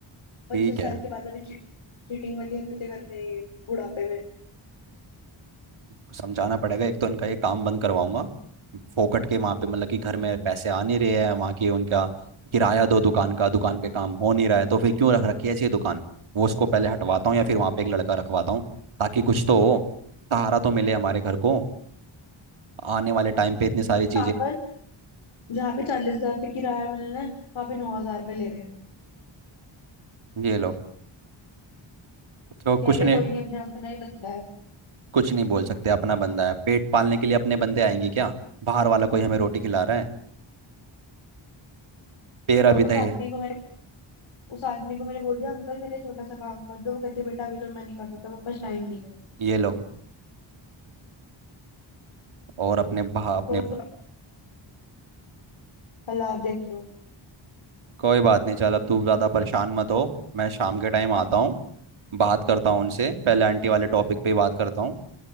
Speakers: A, on the left; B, on the right.
A: पच्चीस
B: ठीक है
A: साल के बाद अभी चीटिंग चीटिंग वाली हरकतें कर रहे हैं बुढ़ापे में
B: इनको समझाना पड़ेगा एक तो इनका ये काम बंद करवाऊंगा फोकट के वहाँ पे मतलब कि घर में पैसे आ नहीं रहे हैं वहाँ के उनका किराया दो दुकान का दुकान पे काम हो नहीं रहा है तो फिर क्यों रख रखी है ऐसी ये दुकान वो उसको पहले हटवाता हूँ या फिर वहाँ पे एक लड़का रखवाता हूँ ताकि कुछ तो हो सहारा तो मिले हमारे घर को आने वाले टाइम पे इतनी सारी
A: जहाँ
B: चीज़ें
A: पर जहाँ पे चालीस हजार रुपये किराया मिलना है वहां पे नौ हजार रुपये ले रहे हैं
B: ये लो तो कुछ
A: कह रहे
B: नहीं
A: कोई नहीं अपने अपना ही बंदा है
B: कुछ नहीं बोल सकते अपना बंदा है पेट पालने के लिए अपने बंदे आएंगे क्या बाहर वाला कोई हमें रोटी खिला रहा है तेरा
A: और
B: भी
A: उस
B: दे
A: आदमी को मैंने उस आदमी को मैंने बोल दिया अंकल मेरा छोटा सा काम कर दो वो कहते बेटा अभी तो मैं नहीं कर सकता मेरे पास टाइम नहीं है
B: ये लो और अपने भा, अपने
A: सोचो कल आप देख लो
B: कोई बात नहीं चल अब तू ज़्यादा परेशान मत हो मैं शाम के टाइम आता हूँ बात करता हूँ उनसे पहले आंटी वाले टॉपिक पे ही बात करता हूँ